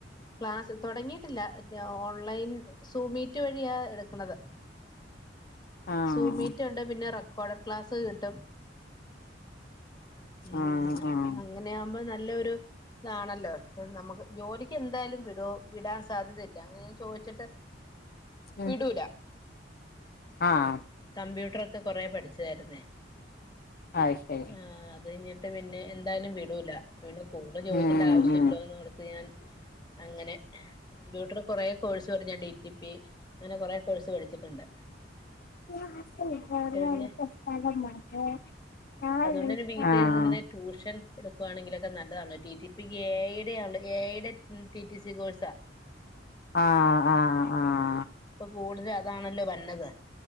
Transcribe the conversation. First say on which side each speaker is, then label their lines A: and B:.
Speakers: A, on the left; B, on the left.
A: ക്ലാസ്സ് തുടങ്ങിയിട്ടില്ല ഓൺലൈൻ സൂമീറ്റ് വഴിയാ എടുക്കണത്
B: ആഹ്
A: സൂമീറ്റ് കണ്ട് പിന്നെ റെക്കോർഡഡ ക്ലാസ് കിട്ടും ഉം
B: ആഹ് ആഹ്
A: അങ്ങനൊകുമ്പോ നല്ലൊരു ഇതാണല്ലോ നമുക്ക് ജോലി എന്തായാലും വിട വിടാൻ സാധ്യതല്ലങ്ങന ഞാൻ ചോദിച്ചിട്ട്
B: ഉം
A: വിടൂല
B: ആഹ്
A: കമ്പ്യൂട്ടർ ഒക്കെ കൊറെേ പഠിച്ചതായിരുന്നേ
B: ആയ്ശരി
A: ആഹ് അത് കഞ്ഞിട്ട് പിന്നെ എന്തായാലും വിടൂല്ല പിന്നെ കൂടുതൽ ചോദിക്കേണ്ട
B: ഉം
A: ആവശ്യമല്ലോന്ന്
B: ഉം
A: ത്ത് ഞൻ അങ്ങനെ കമ്പ്യൂട്ടർ കുറേ കോഴ്സ് പറ ഞാൻ ഡി ടി പി അങ്ങനെ കൊറെേ കോഴ്സ് പഠിച്ചിട്ടുണ്ട്
B: <unintelligible>
A: കഴിഞ്ഞിട്ട് പിന്നെ അതുകൊണ്ട് തന്നെ വീട്ടിലിരുന്ന്
B: ആഹ്
A: ഇങ്ങനെ ട്യൂഷൻ എടുക്കുവാണെങ്കിലൊക്കെ നല്ലതാണല്ല ടി ടി പി ക്കെ ഏഴര ആള്ള <unintelligible> ഉം ടിടി സി കോഴ്സ
B: ആഹ് ആഹ് ആഹ്
A: ഇപ്പൊ കൂടുതൽ അതാണല്ലോ വന്നത്